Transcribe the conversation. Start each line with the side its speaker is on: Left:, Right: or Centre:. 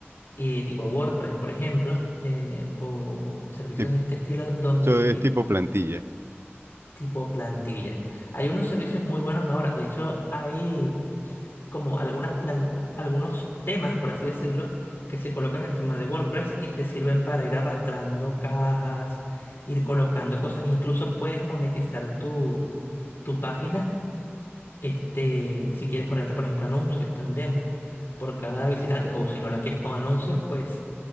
Left: eh, tipo WordPress, por ejemplo, eh, o servicios
Right: Tip-
Left: de este estilo donde
Right: Eso es tipo plantilla.
Left: tipo plantilla. Hay unos servicios muy buenos ahora. De hecho, hay como algunas plan- algunos temas, por así decirlo, que se colocan encima de WordPress y te sirven para ir arrastrando cajas, ir colocando cosas. Incluso puedes monetizar tu, tu página, este, si quieres ponerle, por ejemplo, anuncios también por cada visitante, o si no la quieres con anuncios, pues